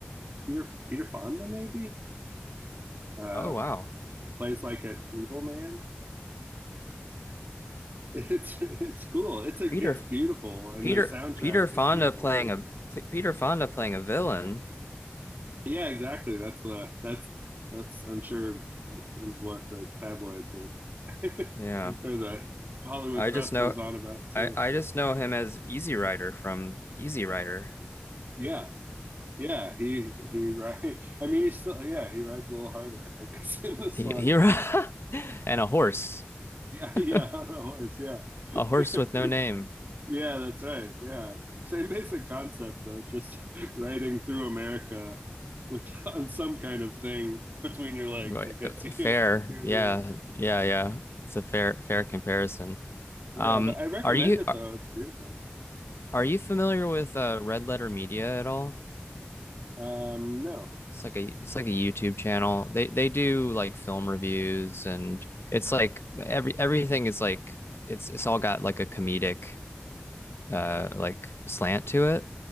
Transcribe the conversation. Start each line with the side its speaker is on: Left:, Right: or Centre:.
Right: Peter Peter Fonda maybe? Uh
Left: Oh wow.
Right: plays like an evil man. <laughs> It's it's cool. It's a it's
Left: Peter
Right: beautiful and
Left: Peter
Right: the soundtrack
Left: Peter Fonda
Right: is beautiful
Left: playing
Right: too.
Left: a Peter Fonda playing a villain.
Right: Yeah, exactly. That's uh that's that's I'm sure is what the tabloids were <laughs> or
Left: Yeah,
Right: the Hollywood
Left: I
Right: press
Left: just know,
Right: was on about too.
Left: I I just know him as Easy Rider from Easy Rider.
Right: Yeah. Yeah, he he ri <laughs> I mean he's still yeah, he rides a little harder, I guess, <laughs> in this
Left: He
Right: one.
Left: he, <laughs> and a horse,
Right: Yeah, <laughs> yeah,
Left: <laughs>
Right: on a horse, yeah.
Left: a horse
Right: <laughs>
Left: with no name.
Right: Yeah, that's right. Yeah. Same basic concept though, just <laughs> riding through America with <laughs> on some kind of thing between your legs
Left: Right,
Right: that gets
Left: uh,
Right: you
Left: fair.
Right: <laughs> from here
Left: Yeah,
Right: to
Left: yeah, yeah. It's a fair fair comparison.
Right: there.
Left: Um,
Right: Yeah, but I recommend
Left: are you
Right: it
Left: are,
Right: though. It's beautiful.
Left: are you familiar with uh, Red Letter Media at all?
Right: Um, no.
Left: It's like a it's like a YouTube channel. They they do like film reviews and it's like every everything is like it's it's all got like a comedic uh like slant to it.